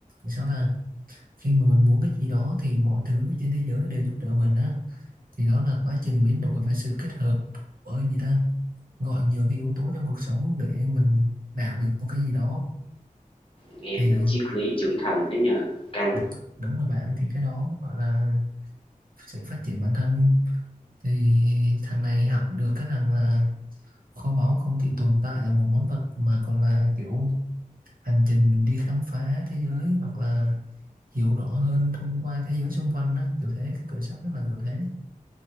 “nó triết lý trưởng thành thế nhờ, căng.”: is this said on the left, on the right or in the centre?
Left